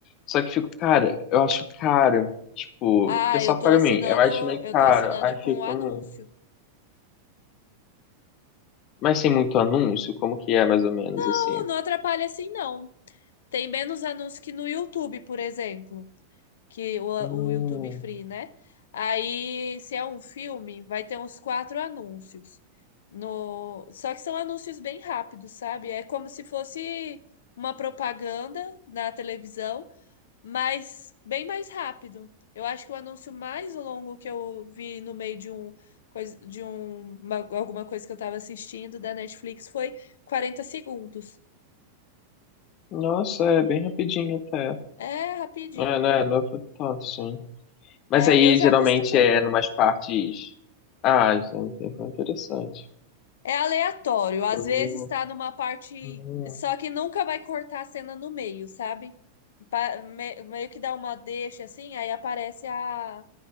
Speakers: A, on the left; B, on the left.
A: só que fico, cara, eu acho caro, tipo,
B: Ah,
A: porque é só
B: eu
A: para
B: tô assinando,
A: mim, eu acho meio
B: eu
A: caro,
B: tô assinando
A: aí
B: com
A: fico,
B: o anúncio.
A: hum, mas tem muito anúncio, como que é mais ou menos assim?
B: Não, não atrapalha assim, não. Tem menos anúncios que no YouTube, por exemplo, que o,
A: Hum,
B: o YouTube Free, né? Aí, se é um filme, vai ter uns quatro anúncios. No... Só que são anúncios bem rápidos, sabe? É como se fosse uma propaganda na televisão, mas bem mais rápido. Eu acho que o anúncio mais longo que eu vi no meio de um coisa- de um- uma- alguma coisa que eu estava assistindo da Netflix foi 40 segundos.
A: nossa, é bem rapidinho até.
B: É rapidinho.
A: É, né? Não foi tanto, sim. Mas
B: É,
A: aí
B: eu já
A: geralmente
B: acostumei.
A: é numas partes. Ah, gente, foi interessante.
B: É aleatório. Às
A: Eu
B: vezes
A: vou-
B: tá numa parte.
A: Hum,
B: Só que nunca vai cortar a cena no meio, sabe? Pa- me- meio que dá uma deixa assim, aí aparece a,